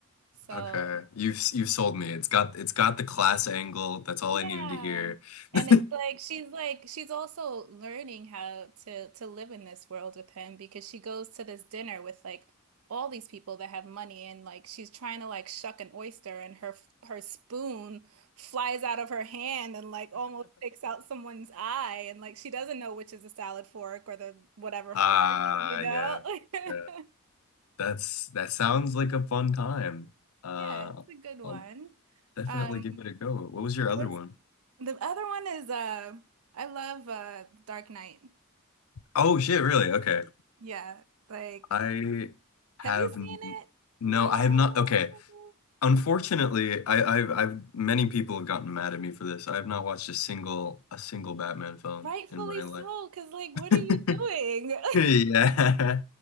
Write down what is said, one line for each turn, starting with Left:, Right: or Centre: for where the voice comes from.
Right: So
Left: Okay. You've you've sold me. It's got it's got the class angle. That's all
Right: Yeah.
Left: I needed to hear. <laughs>
Right: And it's like she's like she's also learning how to to live in this world with him because she goes to this dinner with like all these people that have money and like she's trying to like shuck an oyster and her her spoon flies out of her hand and like almost takes out someone's eye and like she doesn't know which is the salad fork or the whatever
Left: Ah,
Right: fork, you know?
Left: yeah.
Right: <laughs>
Left: Yeah. That's that sounds like a fun time. Uh,
Right: Yeah, it's a good one.
Left: I'll definitely
Right: Um,
Left: give it a go. What was your other
Right: what's
Left: one?
Right: the other one is uh I love uh Dark Knight.
Left: Oh shit, really? Okay.
Right: Yeah, like,
Left: I have
Right: have you
Left: n-
Right: seen it?
Left: no,
Right: No,
Left: I have not. Okay. Unfortunately, I, I've I've many people have gotten mad at me for this. I have not watched a single a single Batman film
Right: rightfully
Left: in my life.
Right: so, because, like, what
Left: <laughs>
Right: are you doing? <laughs>
Left: Yeah.